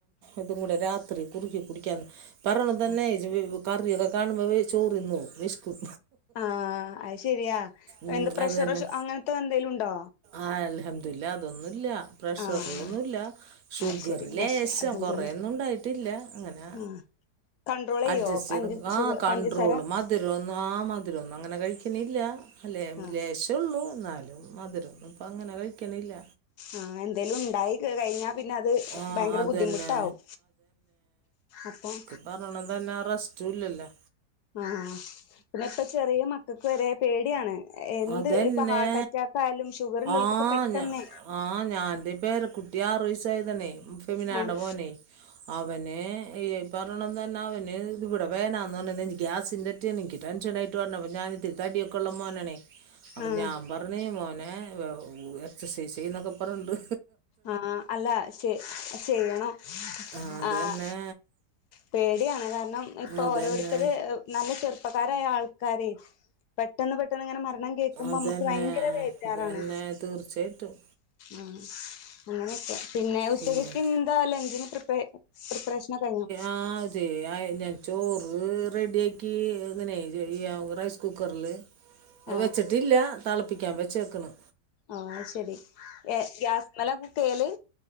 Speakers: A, on the right; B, on the left.
A: ഇതും കൂടെ രാത്രി കുറുകി കുടിക്കാന്ന് പറിണതന്നെ
B: ആ
A: കറിയൊക്കെ കാണുമ്പോ ചോറ് തിന്നോ വും വെശ ക്കും
B: ആഹ് അത് ശെരിയാ
A: ഉം
B: എന്താ പ്രഷറോ
A: അത് തന്നെ
B: ഷു അങ്ങനത്തെ എന്തേലും ഉണ്ടോ
A: ആഹ് അൽഹമ്ദുലില്ല അതൊന്നുല്ല പ്രഷറൊന്നുല്ല
B: ആഹ്
A: ഷുഗറ്
B: അത് ശരി
A: ലേശം
B: മാഷാ അൽഹംദുലില്ലാ
A: കൊറേയൊന്നും ഉണ്ടായിട്ടില്ല അങ്ങനെ
B: ആഹ് കൺട്രോളെയ്യോ
A: അഡ്ജസ്റ്റ്
B: പഞ്ച
A: ചെയ്ത് പോ
B: ഷുഗ
A: ആ കൺണ്ട്രോള്
B: പഞ്ചസാര
A: മ <unintelligible> മധുരമൊന്നും അങ്ങനെ കഴിക്കുന്നില്ല അല്ലേ
B: ആഹ്
A: ലേശം ഉള്ളൂ എന്നാലും മധുരമൊന്നും ഇപ്പം അങ്ങനെ കഴിക്കണില്ല
B: ആഹ് എന്തേലും ഉണ്ടായി കഴിഞ്ഞാ പിന്നെ അത്
A: ആ
B: ഭയങ്കര
A: അത്
B: ബുദ്ധിമുട്ടാവും
A: തന്നെ
B: അപ്പം
A: പറഞ്ഞോണം തന്നെ റസ്റ്റും ഇല്ലല്ലേ
B: ആഹ് പിന്നെ ഇപ്പ ചെറിയ മക്കൾക്ക് വരെ പേടിയാണ് എന്ത്
A: അതന്നെ
B: ഇപ്പ ഹാർട്ട് അറ്റാക്ക് ആയാലും ഷുഗർ ഉള്ളവർക്കൊക്കെ
A: ആഹ്
B: പെ
A: ഞ
B: തന്നെ
A: ആഹ് ഞാൻ എന്റെ പേരകുട്ടി ആറു വയസ് ആയതാണെ ഫെമിനാടെ
B: ആഹ്
A: മോനെ അവന് ഈ പറഞ്ഞോണം തന്ന അവന് ഇവിടെ <unintelligible> <unintelligible> എനിക്ക് ടെൻഷനായിട്ട് പറഞ്ഞ <unintelligible> തടിയൊക്കെ ഉള്ള മോനാണേ അപ്പൊ
B: ആഹ്
A: ഞാൻ പറഞ്ഞ് മോനെ എക്സസൈസ് ചെയ്യുന്നൊക്കെ പറഞ്ഞോണ്ട്
B: ആഹ് അല്ല ചെയ്യണം
A: ആ, അതന്നെ
B: ആഹ് പേടിയാണ് കാരണം ഇപ്പോ
A: അതന്നെ
B: ഓരോരുത്തര് നല്ല ചെറുപ്പക്കാരായ ആൾക്കാരെ പെട്ടെന്ന്, പെട്ടെന്ന് ഇങ്ങനെ മരണം കേൾക്കുമ്പോ
A: അതന്നെ
B: നമ്മക്ക് ഭയങ്കര വേജാറാണ്.
A: അതന്നെ തീർച്ചയായിട്ടും
B: ആഹ് അങ്ങനെയൊക്കെ. പിന്നെ ഉച്ചത്തേക്ക്
A: കുഞ്ഞ്
B: ഇന്ന് എന്താ ലഞ്ചിന് പ്രിപ്പെ പ്രിപ്പറേഷനൊക്കെ കഴിഞ്ഞോ?
A: ആഹ് അതെ ആഹ് ഞാൻ ചോറ് റെഡിയാക്കി ഇങ്ങനെ ഈ റൈസ്കുക്കറ് ല്
B: ആഹ്
A: വെച്ചിട്ടില്ല തിളപ്പിക്കാൻ വെച്ചേക്ക്ണ്.
B: ആഹ് ശരി ഏഹ് ഗ്യാസ്മേല കുക്ക് ചെയ്യല്?